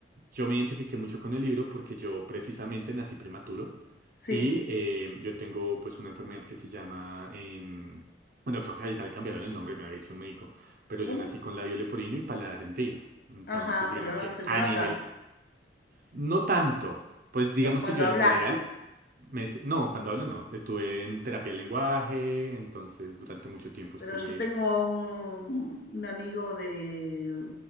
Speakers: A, on the right (about 50°); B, on the left (about 55°).
A: yo me identifiqué mucho con el libro porque yo precisamente nací prematuro
B: sí.
A: y eh, yo tengo pues una enfermedad que se llama, em, bueno, creo que ahorita le cambiaron el nombre, me había dicho un médico, pero yo
B: ¿Cómo?
A: nací con labio leporino y paladar hendido. Entonces,
B: Ajá,
A: digamos
B: pero no
A: que
B: se te
A: a
B: nota,
A: nivel no tanto. Pues
B: pero
A: digamos
B: cuando
A: que yo
B: hablas.
A: en general, me s- no, cuando hablo no. Estuve en terapia del lenguaje, entonces durante mucho tiempo
B: Pero
A: estuve...
B: yo tengo un, un amigo de